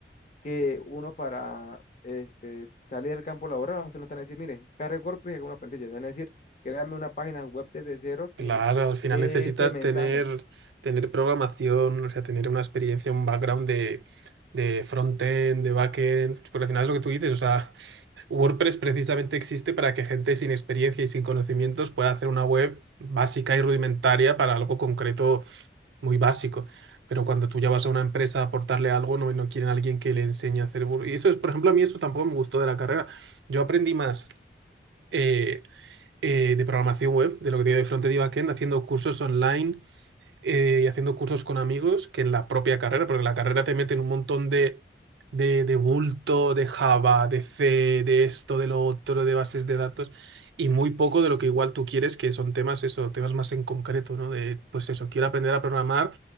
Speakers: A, on the left (about 40°); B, on the right (about 85°).
A: que uno para este, salir al campo laboral, usted no te van a decir, mire, cargue WordPress y haga una plantilla. Te van a decir, créame una página web desde cero
B: claro.
A: que
B: Al final
A: dé
B: necesitas
A: este mensaje
B: tener, tener programación, o sea, tener una experiencia, un background de, de front-end, de back-end, porque al final es lo que tú dices, o sea, WordPress precisamente existe para que gente sin experiencia y sin conocimientos pueda hacer una web básica y rudimentaria para algo concreto muy básico. Pero cuando tú ya vas a una empresa a aportarle algo, no, no quieren a alguien que le enseñe a hacer... Word- Y eso es, por ejemplo, a mí eso tampoco me gustó de la carrera. Yo aprendí más eh, eh, de programación web, de lo que tiene de frontend y backend, haciendo cursos online eh, y haciendo cursos con amigos que en la propia carrera, porque en la carrera te meten un montón de, de, de bulto, de Java, de C, de esto, de lo otro, de bases de datos, y muy poco de lo que igual tú quieres, que son temas, eso, temas más en concreto, ¿no? De, pues eso, quiero aprender a programar.